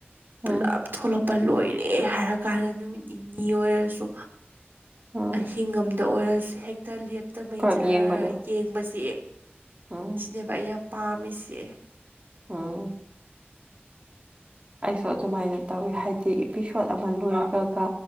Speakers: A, on the right; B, on the right.
A: ꯎꯝ
B: ꯄꯨꯂꯞ ꯊꯣꯛꯂꯛꯄ ꯂꯣꯏꯔꯦ ꯍꯥꯏꯔ ꯀꯥꯟꯗ ꯅꯨꯃꯤꯠꯅꯤ ꯅꯤ ꯑꯣꯏꯔꯁꯨ
A: ꯎꯝ
B: ꯑꯍꯤꯡ ꯑꯃꯝꯗ ꯑꯣꯏꯔꯁꯨ ꯍꯦꯛꯇ ꯂꯦꯠ ꯇꯃꯩ
A: ꯄꯨꯂꯞ
B: ꯖꯔꯔ
A: ꯌꯦꯡꯕꯗꯣ
B: ꯌꯦꯡꯕꯁꯦ
A: ꯎꯝ
B: ꯁꯤꯅꯦꯕ ꯑꯩꯅ ꯄꯥꯝꯃꯤꯁꯦ
A: ꯎꯡ ꯑꯩꯁꯨ ꯑꯗꯨꯃꯥꯏꯅ ꯇꯧꯋꯤ ꯍꯥꯏꯗꯤ ꯑꯦꯄꯤꯁꯣꯠ ꯑꯃ ꯂꯣꯏꯕꯒ